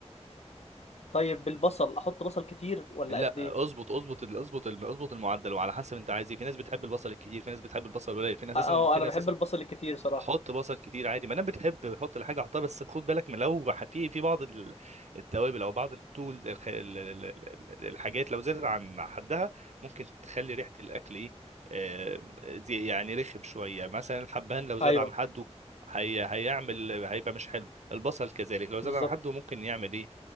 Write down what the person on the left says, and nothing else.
طيب بالبصل احط بصل كتير ولا
قد ايه
اه
آه،
انا
بحب
البصل الكتير صراحه
ايوه
بالظبط